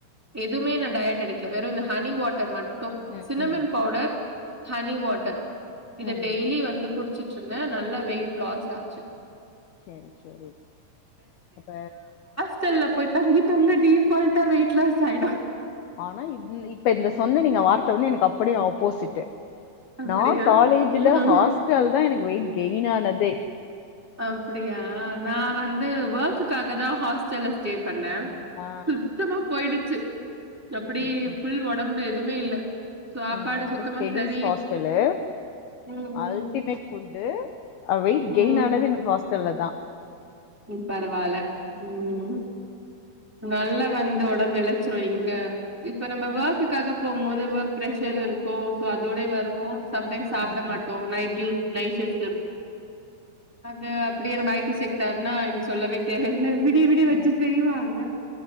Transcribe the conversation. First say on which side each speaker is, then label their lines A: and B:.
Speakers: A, in the centre; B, on the left.
A: எதுமே நா டயட் எடுக்கல. வெறு இந்த ஹனி வாட்டர் மட் டொ
B: ம்
A: சினமென்
B: ம்
A: பவ்டர் ஹனி வாட்டர்
B: ம்
A: இத
B: ம்
A: டெய்லி வந்து குடு ச்சுட்ருந்த நல்ல வெயிட் லாஸ் ஆச்சு
B: செரி செரி அப்ப
A: கிச்சன்ல போய் தூங்கிட்டோனா டீப்ஃபால்ட்டா வெய்ட்லாஸ் ஆய்டு
B: ஆனா இப்ப இந்த சொன்ன நீங்க வார்த்த வந்து எனக்கு அப்டியே ஆப்போசிட்டு்
A: அப்டியா
B: நா காலேஜ்ல
A: ம்
B: ஹாஸ்டல்லதா எனக்கு வெயிட் கெயின் ஆனதே
A: அப்டியா நா வந்து ஒர்க்குக்காகதா ஹாஸ்டல்ல ஸ்டே பண்ண
B: ஆ
A: சுத்தமா போய்டுச்சு எப்டி
B: ம் ம்
A: ஃபுல் உடம்பு எதுமே இல்ல சாப்பாடு
B: ம் என்னோட
A: சுத்தமா
B: ஸ்டடிஸ்
A: சரி
B: ஹாஸ்டலு
A: ம்
B: அல்டிமேட்
A: ம்
B: ஃபுட்டு வெயிட்
A: ம்
B: கெயின் ஆனது எனக்கு ஹாஸ்டல்லதா
A: ம் பரவால்ல ம் நல்லா வந்த உடம்ப இளச்சு வைங்க இப்ப நம்ம ஒர்க்குக்காக போம் போது ஒர்க் ப்ரெஷர் இருக்கு சோ அதோட வருவோ சம்டைம்ஸ் சாப்ட
B: ம்
A: மாட்டோ
B: ம்
A: நைட் டியூ நைட் ட்ரெஸ்ட் எடுப்போ அந்த அப்டியே நம்ம ஐ டி செக்டார்னா இன்னு சொல்லவே தேவ இல்ல விடிய விடிய வச்சு
B: ம்
A: செய்வாங்க